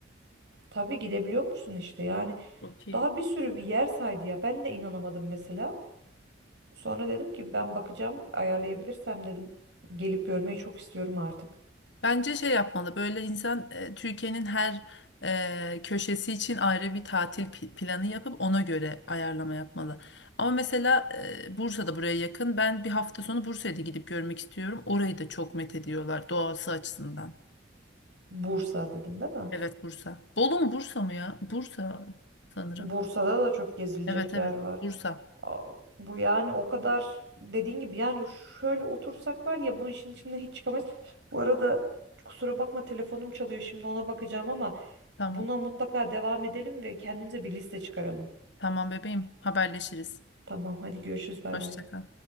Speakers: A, on the right; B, on the left.
A: Tabii gidebiliyor musun işte yani
B: Çok iyi.
A: daha bir sürü bir yer saydı ya ben de inanamadım mesela. Sonra dedim ki ben bakacağım ayarlayabilirsem dedim gelip görmeyi çok istiyorum artık.
B: Bence şey yapmalı böyle insan e, Türkiye'nin her e, köşesi için ayrı bir tatil pi- planı yapıp ona göre ayarlama yapmalı. Ama mesela e, Bursa'da buraya yakın ben bir hafta sonu Bursa'ya da gidip görmek istiyorum. Orayı da çok methediyorlar doğası açısından.
A: Bursa dedin değil mi?
B: Evet Bursa. Bolu mu Bursa mı ya? Bursa sanırım.
A: Bursa'da da çok gezilecek
B: Evet evet
A: yer var.
B: Bursa.
A: Aa, Bu yani o kadar dediğin gibi yani şöyle otursak var ya bu işin içinden hiç çıkamayız. Bu arada kusura bakma telefonum çalıyor şimdi ona bakacağım ama
B: Tamam.
A: buna mutlaka devam edelim ve kendimize bir liste çıkaralım.
B: Tamam bebeğim. Haberleşiriz.
A: Tamam hadi görüşürüz bay
B: Hoşça
A: bay.
B: kal.